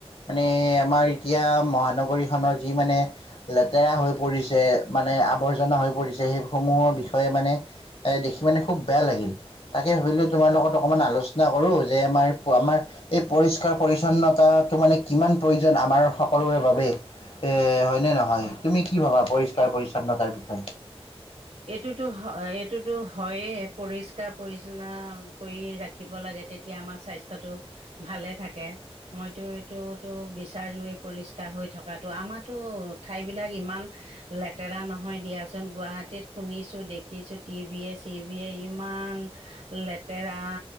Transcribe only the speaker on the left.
মানে আমাৰ এতিয়া মহানগৰীখনৰ যি মানে লেতেৰা হৈ পৰিছে, মানে আৱৰ্জনা হৈ পৰিছে সেইসমূহৰ বিষয়ে মানে এই দেখি মানে খুব বেয়া লাগিল। তাকে ভাবিলো তোমাৰ লগত অকণমান আলোচনা কৰো, যে আমাৰ আমাৰ এই পৰিষ্কাৰ পৰি্ছন্নতাটো মানে কিমান প্ৰয়োজন আমাৰ সকলোৰে বাবে। হয়নে নহয়, তুমি কি ভবা পৰিষ্কাৰ পৰিচ্ছন্নতাৰ বিষয়ে?